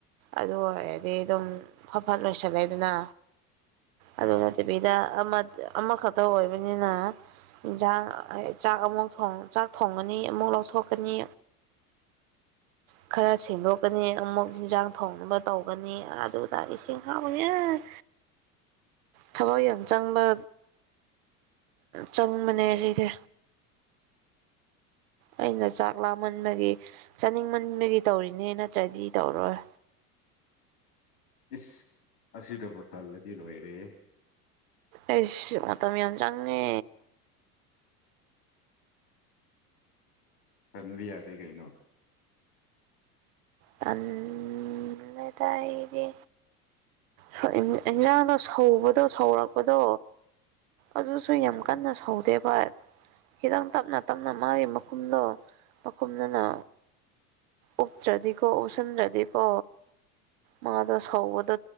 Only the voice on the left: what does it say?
ꯑꯥ
ꯏꯁ ꯑꯁꯤꯗꯕꯨ ꯇꯜꯂꯗꯤ ꯂꯣꯏꯔꯦꯍꯦ
ꯇꯟꯕ ꯌꯥꯗꯦ ꯀꯩꯅꯣ
ꯎꯝ